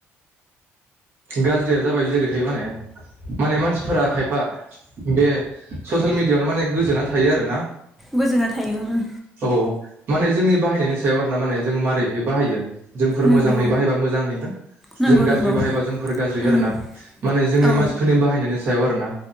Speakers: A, on the right; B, in the centre.
A: गाज्रिया जाबाय जेरैहाय माने माने मानसिफोरा खायफा बे ससियेल मिडियाआवनो माने गोजोना थायो आरोना
B: गोजोना थायो उम
A: औ। माने जोंनि बाहायनायनि सायाव आर ना माने जों मारैहाय बाहायो। जोंफोर
B: नंगौ
A: मोजांयै बाहायबा मोजांहैनो
B: नंगौ
A: जों गाज्रि
B: नंगौ
A: बाहायबा जोंफोर गाज्रि आरो
B: उम
A: ना माने जोंनि
B: औ
A: मानसिफोरनि बाहायनायनि सायाव आरो ना